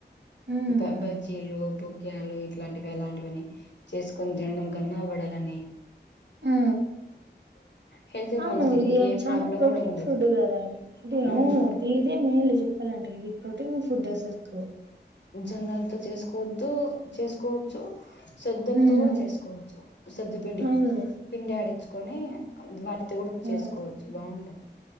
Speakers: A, on the right; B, on the left.
A: హ్మ్
B: బ
A: హ్మ్
B: బజ్జీలు బు యాలు ఇలాంటివి అలాంటివని చేసుకొని తినడం కన్నా పడాల అని
A: ఆ
B: హెల్త్ కు
A: అవును
B: మంచిది
A: ఇది
B: నీకు ఏ
A: చాలా
B: ప్రాబ్లం
A: ప్రోటీన్
B: కూడా ఉండదు
A: ఫుడ్ కదా ఇది
B: ఉమ్
A: అవును ఇ ఇదే మేల్లు చెప్పాలంటే ఇది ప్రోటీన్ ఫుడ్ అసలు కు
B: జొన్నలుతో చేసుకోవద్దు చేసుకోవచ్చు సొద్దులతో
A: హ్మ్
B: కూడా చేసుకోవచ్చు సొద్దు పిండి
A: అవును
B: పిండి ఆడించుకొని వాటితో కూడా
A: హ్మ్
B: చేసుకోవచ్చు బాగుంటది